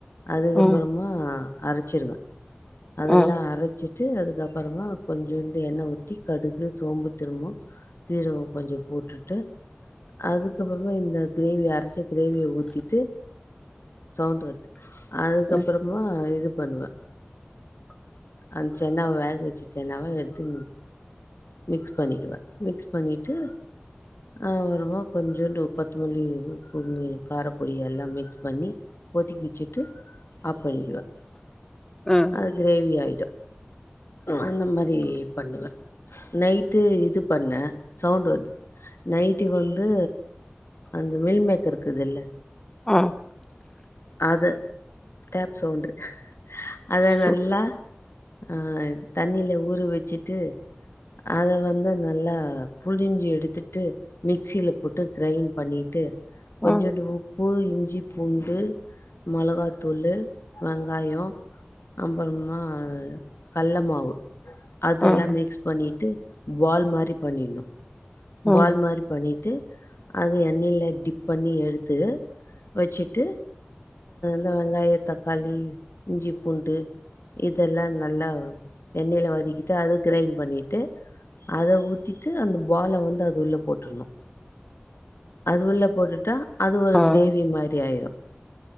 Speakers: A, on the left; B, on the left.
A: அதுக்கப்புறமா
B: ம்
A: அரைச்சிடுவேன், அதெல்லாம்
B: ம்
A: அரைச்சிட்டு, வட்டு அதுக்கப்புறமா கொஞ்சுண்டு எண்ணெ ஊட்டு கடுகு, சோம்பு, திரும்பும் சீரகம் கொஞ்சம் போட்டுட்டு, அதுக்கப்புறமா இந்த கிரேவி அரைச்சி, கிரேவிய ஊத்திட்டு, சவுண்ட் வரும். அதுக்கப்புறமா
B: ம்
A: பண்ணுவ. அந்த சென்னாவை, வேக வச்ச சென்னாவை எடுத்து மிக்ஸ் பண்ணிடுவேன். மிக்ஸ் பண்ணிட்டு, அப்புறமா கொஞ்சுண்டு கொத்தமல்லி, உப்பு, காரப்பொடி, எல்லாம் மிக்ஸ் பண்ணி கொதிக்க வச்சிட்டு ஆப் பண்ணிடுவ.
B: ம்
A: அது கிரேவி ஆயிடும். அ அந்த மாதிரி பண்ணுவ. நைட்டு இது பண்ண, சவுண்ட் வருது நைட்டி வந்து, அந்த மில்மேக்கர் இருக்குல்ல
B: ஹ
A: அத, டேப் சவுண்டு, அத
B: சு
A: நல்லா அஹ் தண்ணில ஊரு வச்சிட்டு, அத வந்து நல்லா புழஞ்சு எடுத்துட்டு, மிக்சியில போட்டு கிரைண்ட் பண்ணிட்டு, கொஞ்சுண்டு
B: ம்
A: உப்பு, இஞ்சி, பூண்டு, மிளகாத்தூள், வெங்காயம் அப்புறமா கல்ல மாவு அதெல்லாம்
B: ம்
A: மிக்ஸ் பண்ணிட்டு, பால் மாதிரி பண்ணிடணும்.
B: ம்
A: பால்
B: ம்
A: மாதிரி பண்ணிட்டு, அத எண்ணெயில டிப் பண்ணி எடுத்து வச்சுட்டு வெங்காய, தக்காளி, இஞ்சி, பூண்டு, இதெல்லாம் நல்லா எண்ணெயில வதக்கிட்டு, அத கிரைண்ட் பண்ணிட்டு, அத ஊத்திட்டு, அந்த பால வந்து அது உள்ள போட்டுணும். அது உள்ள போட்டுட்டா, அது ஒரு
B: ம்
A: கிரேவி
B: ம்
A: மாதிரி ஆயிரும்.